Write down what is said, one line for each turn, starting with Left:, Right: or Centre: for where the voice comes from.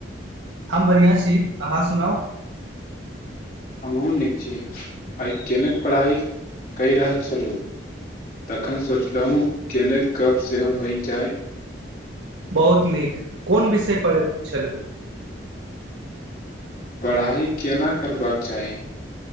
Right: हम बढ़िआं छी अहाँ सुनाउ
Left: हमहूँ नीक छी आइ केनक पढ़ाइ कहि रहल छलहुँ तखन सोचलहुँ केनक गप्प सेहो बनि जाय
Right: बहुत नीक कोन विषय पढ़ैत छलहु
Left: पढ़ाइ केना करबाक चाही